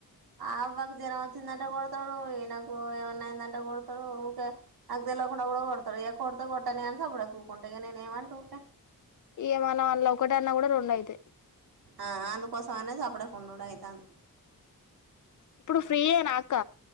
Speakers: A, on the right; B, on the left.
A: అవ్వ కు జరం అచ్చిదంటే కొడతడు. నాకు ఏమన్నాయిందంటే కొడతాడు. ఊకే నాకు తెలికుండా కూడా కొడతాడు కొడత కొట్టని అని సప్పడే ఉక్ కుంటగానేనే ఏమంటూట
B: ఇగ మనం అన్ల ఒకట అన్నా కూడా రెండు అయితయి
A: ఆ అందుకోసం అనే చపడకుండు అయితది
B: ఇప్పుడు ఫ్రీ యేనా అక్క